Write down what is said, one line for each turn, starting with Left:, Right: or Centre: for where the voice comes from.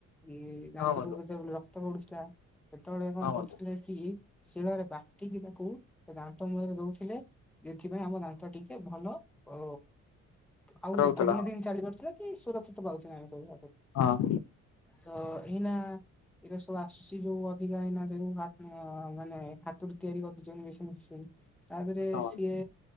Centre: ଏଇ ଦାନ୍ତରୁ
Left: ହଁ ବନ୍ଧୁ
Centre: ଯେତେବେଳେ ରକ୍ତ ପଡୁଥିଲା ସେତେବେଳେ କଣ
Left: ହଁ
Centre: କରୁଥିଲେ
Left: ବନ୍ଧୁ
Centre: କି ଶିଳରେ ବାଟିକି ତାକୁ ଦାନ୍ତ ମୁଳରେ ଦଉଥିଲେ ଯେଥିପାଇଁ ଆମ ଦାନ୍ତଟି ଏ ଭଲ ଓ ଆଉ
Left: ରହୁଥିଲା
Centre: ଅଧିକା ଦିନି ଚାଲି ପାରୁଥିଲେ। ଏ ସୁରକ୍ଷିତ ପାଉଛେ ଆମେ ସବୁ ଆଗକୁ।
Left: ହଁ।
Centre: ତ ଏଇନା ଏଇରା ସବୁ ଆସୁଛି ଯୋଉ ଅ ଅବିକା ଏଇନା ଯୋଉ ଆପଣ ମ ମାନେ ହାତରୁ ତିଆରି କରିଦଉଚେ ମେସିନ୍ ଫେସିନ ତା ଧେରେ
Left: ହଁ
Centre: ସିଏ